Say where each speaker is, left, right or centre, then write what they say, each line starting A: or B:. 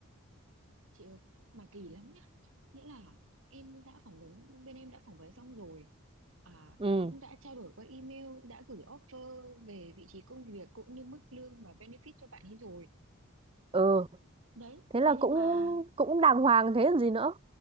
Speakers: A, on the right (about 70°); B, on the right (about 25°).
A: chị ơi mà kỳ lắm nhá nghĩa là em đã phỏng vấn bên em đã phỏng vấn xong rồi à,
B: Ừ,
A: cũng đã trao đổi qua email đã gửi offer về vị trí công việc cũng như mức lương và benefit cho bạn ấy rồi
B: ừ,
A: đấy
B: thế là
A: thế nhưng
B: cũng
A: mà
B: cũng đàng hoàng thế còn gì nữa.